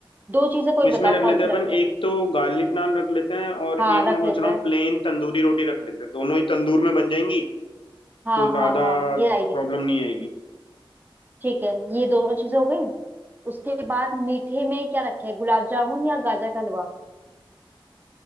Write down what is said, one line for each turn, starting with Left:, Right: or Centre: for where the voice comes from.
Right: दो चीजें कोई
Left: इसमें
Right: बताओ
Left: रख
Right: कौन
Left: लेते
Right: से
Left: हैं अपन
Right: रखें
Left: एक तो गार्लिक नान रख लेते हैं और
Right: हाँ
Left: एक
Right: रख
Left: मैं सोच
Right: लेते
Left: रहा
Right: हैं
Left: हूँ प्लेन तंदूरी रोटी रख लेते हैं दोनों ही तंदूर में बन जाएंगी
Right: हाँ
Left: तो ज्यादा
Right: हाँ हाँ ये आइडिया
Left: प्रॉब्लम नहीं आएगी
Right: ठीक है ये दोनों चीजें हो गई उसके बाद मीठे में क्या रखें गुलाब जामुन या गाजर का हलवा